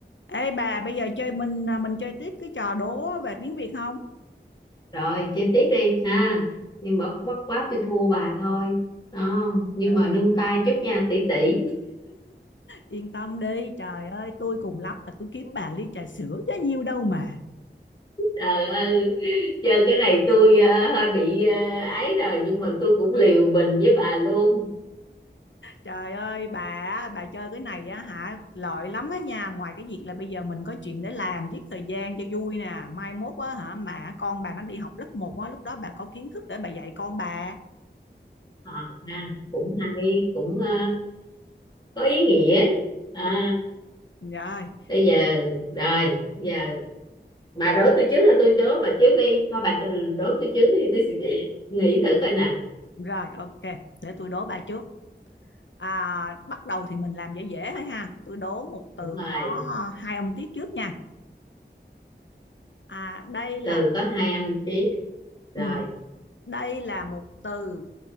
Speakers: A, on the left; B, on the left.
A: Ê bà bây giờ chơi mình à, mình chơi tiếp cái trò đố về tiếng Việt không?
B: rồi chơi tiếp đi ha nhưng mà bất quá tôi thua bà thôi đó nhưng
A: ừ
B: mà nương tay chút nha tỷ tỷ
A: Yên tâm đi, trời ơi, tôi cùng lắm là tôi kiếm bà ly trà sữa chứ nhiêu đâu mà.
B: trời ơi chơi cái này tôi ờ, hơi bị ờ, ấy rồi nhưng mà tôi cũng liều mình với bà luôn
A: Trời ơi, bà á, bà chơi cái này á hả, lợi lắm á nha, ngoài cái việc là bây giờ mình có chuyện để làm, giết thời gian cho vui nè, mai mốt á hả mà con bà nó đi học lớp một á, lúc đó bà có kiến thức để bà dạy con bà.
B: Ờ, ha, cũng hay cũng ờ, có ý nghĩa à
A: Rồi,
B: bây giờ rồi bây giờ bà đố tôi trước hay tôi đố bà trước đi thôi bà cho đố tôi trước thì tôi sẽ nghĩ nghĩ thử coi nè
A: rồi ok, để tôi đố bà trước. À, bắt đầu thì mình làm dễ dễ thôi ha. Tôi đố một từ
B: đúng rồi
A: có hai âm tiết trước nha. À, đây là
B: từ có hai âm tiết rồi
A: ừ, đây là một từ,